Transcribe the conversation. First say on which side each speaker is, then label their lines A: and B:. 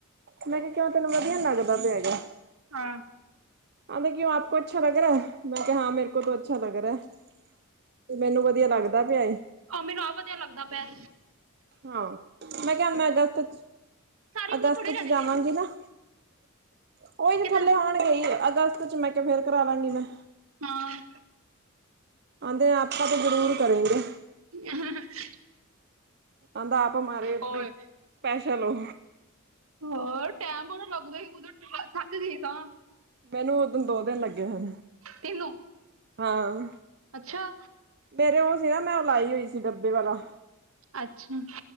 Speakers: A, on the right; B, on the right.
A: ਮੈਂ ਕਿਆ ਕਿਉਂ ਤੈਨੂੰ ਵਧੀਆ ਨੀ ਲੱਗਦਾ ਪਿਆ ਹੈਗਾ।
B: ਹਾਂ।
A: ਆਂਦੈ ਕਿਉਂ ਆਪਕੋ ਅੱਛਾ ਲਗ ਰਹਾ ਹੈ? ਮੈਂ ਕਿਆ ਹਾਂ ਮੇਰੇ ਕੋੋ ਤੋ ਅੱਛਾ ਲਗ ਰਹਾ ਰੈ। ਤੇ ਮੈਨੂੰ ਵਧੀਆ ਲੱਗਦਾ ਪਿਆ ਏ।
B: ਆਹ ਮੈਨੂੰ ਆਪ ਵਧੀਆ ਲੱਗਦਾ ਪਿਐ।
A: ਹਾਂ, ਮੈਂ ਕਿਆ ਹੁਣ ਮੈਂ ਅਗਸਤ ਏਚ
B: ਸਾਰੀ
A: ਅਗਸਤ
B: ਉਮਰ ਥੋੜੀ
A: ਏਚ
B: ਰਹਿਣੇ
A: ਜਾਵਾਂਗੀ
B: ਨੇ ਆ
A: ਨਾ ਕੋਈ ਨੀ
B: ਕਿਤੇ
A: ਥੱਲੇ ਹੋਣਗੇ ਈ ਅਗਸਤ ਚ ਮੈਂ ਕਿਆ ਫੇਰ ਕਰਾ ਲਾਂਗੀ ਮੈਂ।
B: ਹਾਂ।
A: ਆਂਦੇ ਆਪਾਂ ਤੋ ਜ਼ਰੂਰ ਕਰੇਂਗੇ।
B: <unintelligible>
A: ਆਂਦਾ ਆਪ ਹਮਾਰੇ ਬੀ
B: ਓਏ
A: ਸਪੈਸ਼ਲ ਔ।
B: ਹੋਰ ਟੈਮ ਬੜਾ ਲੱਗਦਾ ਈ, ਉਦੋਂ ਥ ਥੱਕ ਗੀ ਸਾਂ।
A: ਮੈਨੂੰ ਓਦਨ ਦੋ ਦਿਨ ਲੱਗੇ ਸਨ।
B: ਤੇਨੂੰ
A: ਹਾਂ।
B: ਅੱਛਾ।
A: ਮੇਰੇ ਓਹ ਸੀ ਨਾ ਮੈਂ ਓਹ ਲਾਈ ਹੋਈ ਸੀ ਡੱਬੇ ਵਾਲਾ।
B: ਅੱਛਾ